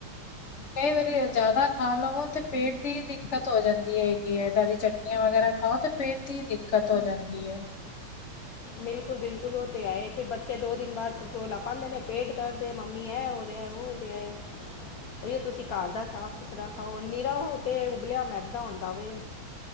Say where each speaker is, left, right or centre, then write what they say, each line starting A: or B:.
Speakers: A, on the left; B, on the left.
A: ਕਈ ਵਾਰੀ ਜ਼ਿਆਦਾ ਖਾ ਲਵੋ ਤੇ ਪੇਟ ਦੀ ਦਿੱਕਤ ਹੋ ਜਾਂਦੀ ਹੈਗੀ ਹੈ ਇੱਦਾਂ ਦੀ ਚਟਨੀਆਂ ਵਗੈਰਾ ਖਾੳ ਤੇ ਪੇਟ ਦੀ ਦਿੱਕਤ ਹੋ ਜਾਂਦੀ ਹੈ
B: ਬਿਲਕੁ ਬਿਲਕਲ ੳ ਤਾਂ ਆਏ ਫਿਰ ਬੱਚੇ ਦੋ ਦਿਨ ਬਾਦ ਰੋਲਾ ਪਾੰਦੇ ਨੇ, ਪੇਟ ਦਰਦ ਏ ਮੰਮੀ ਐਂ ਹੋ ਰਿਐ ਔ ਹੋ ਰਿਆ ਏ। ਉਹੀਓ ਤੁਸੀਂ ਘਰ ਦਾ ਸਾਫ਼ ਸੁਥਰਾ ਖਾਓ ਨਿਰਾ, ਓਹ ਤੇ ਉਬਲਿਆ ਮੈਦਾ ਹੁੰਦਾ ਵੇ।